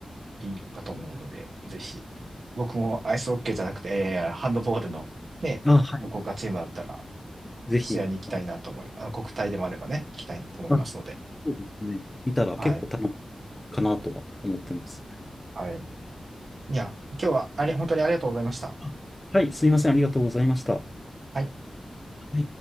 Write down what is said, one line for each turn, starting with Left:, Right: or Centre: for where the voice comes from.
Right: いいかと思うので、ぜひ。僕もアイスホッケーじゃなくて、えー、ハンドボールのね、
Left: あ、はい。
Right: どこがチームだったら、
Left: ぜひ、
Right: 試合に行きたいなと思い、
Left: あ、
Right: あの国体でもあればね、行きたいなと思いますので。
Left: あそうですね。見たら結構楽しい
Right: はい。
Left: かなとは思ってます。
Right: はい。いや、今日はあれ、本当にありがとうございました。
Left: あはい、すいません、ありがとうございました。は
Right: はい。
Left: い